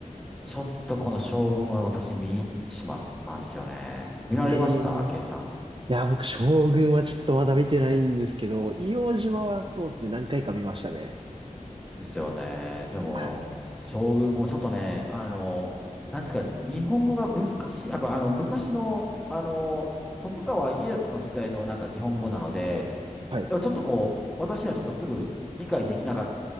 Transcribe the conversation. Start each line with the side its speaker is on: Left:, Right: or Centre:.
Centre: ちょっとこの将軍は私見入ってしまったんですよね。見られましたケイさん。
Right: ええいや、僕、将軍はちょっとまだ見てないんですけど、硫黄島はそうですね、
Centre: うん。
Right: 何回か見ましたね。
Centre: ですよね。でも、
Right: あ、
Centre: 将軍もちょっとね、あの、なんですか、日本語が難しい。やっぱあの、昔の、あの、徳川家康の時代のなんか日本語なので、
Right: はい、
Centre: でもちょっとこう、私にはちょっとすぐ理解できなかった